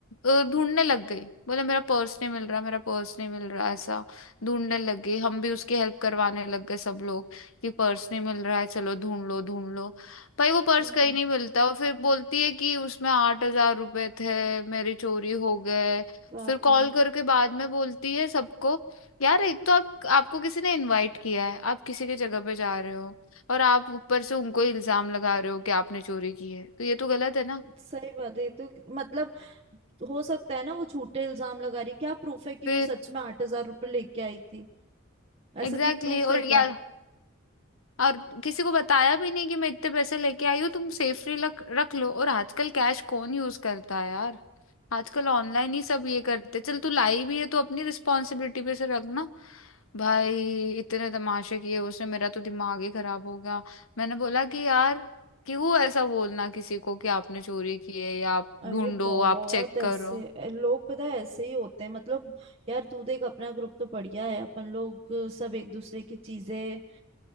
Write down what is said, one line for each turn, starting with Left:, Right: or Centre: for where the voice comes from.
Left: अ, ढूंढने लग गई बोले मेरा पर्स नहीं मिल रहा मेरा पर्स नहीं मिल रहा ऐसा ढूंढने लग गई हम भी उसकी हेल्प करवाने लग गए सब लोग कि पर्स नहीं मिल रहा है चलो ढूंढ लो ढूंढ लो भाई वो पर्स
Right: हम्म
Left: कहीं
Right: हम्म
Left: नहीं मिलता और फिर बोलती है कि उसमें आठ हजार रुपए थे मेरी चोरी हो गए
Right: बाप
Left: फिर कॉल
Right: रे
Left: करके बाद में बोलती है सबको यार एक तो आप आपको किसी ने इनवाइट किया है आप किसी की जगह पे जा रहे हो और आप ऊपर से उनको इल्जाम लगा रहे हो कि आपने चोरी की है तो ये तो गलत है ना
Right: सही बात है ये तो मतलब हो सकता है ना वो झूठे इल्जाम लगा रही है। क्या प्रूफ है कि
Left: फिर
Right: वो सच में आठ हजार रुपये लेके आई थी ऐसे
Left: एग्जैक्टली
Right: कोई प्रूफ
Left: exactly,
Right: है
Left: और
Right: क्या
Left: यार और किसी को बताया भी नहीं कि मैं इतने पैसे लेके आई हूँ तुम सेफली रख रख लो और आजकल कैश कौन यूज करता है यार आजकल ऑनलाइन ही सब ये करते चल तू लाई भी है तो अपनी रिस्पॉन्सिबिलिटी पे से रखना भाई इतने तमाशे किए उसने मेरा तो दिमाग ही खराब हो गया मैंने बोला कि यार क्यों ऐसा बोलना किसी को कि आपने चोरी की है या आप
Right: अरे
Left: ढूंढो
Right: बहुत
Left: आप चेक
Right: ऐसे
Left: करो
Right: ए, लोग पता है ऐसे ही होते हैं मतलब यार तू देख अपना ग्रुप तो बढ़िया है अपन लोग सब एक दूसरे की चीजें